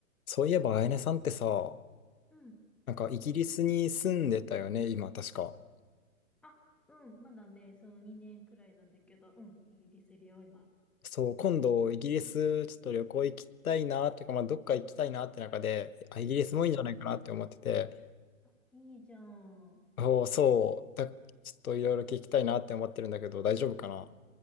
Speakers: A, on the left; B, in the centre.
A: そういえば、あやねさんってさ、
B: うん。
A: なんかイギリスに住んでたよね、今確か。
B: あ、うん。まだね、そう、2年くらいなんだけど、うん。イギリスいるよ、今。
A: そう、今度イギリスちょっと旅行行きたいなっていうか、まあ、どっか行きたいなって中で、あ、イギリスもいいんじゃないかなって思ってて、
B: えー、あ、いいじゃん。
A: おーそう、だ、ちょっといろいろ聞きたいなって思ってるんだけど、大丈夫かな